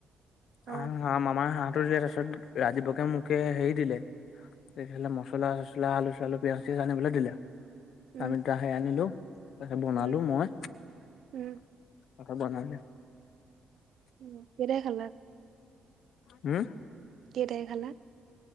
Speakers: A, on the right; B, on the left.
A: অ
B: আহ হাঁ মামাৰ হাঁহ। দিলে পাৰপিছত ৰাজীৱকে মোকে হেৰি দিলে। এইফালে মচলা- চচলা, আলু-চালু, পিয়াজ- চিয়াজ, আনিবলৈ দিলে
A: উম
B: আমি তাকে আনিলো। তাৰপিছত বনালো
A: উম
B: মই
A: উম
B: আকৌ বনাল।
A: উম কেইটা খালা।
B: হম
A: কেইটাই খালা।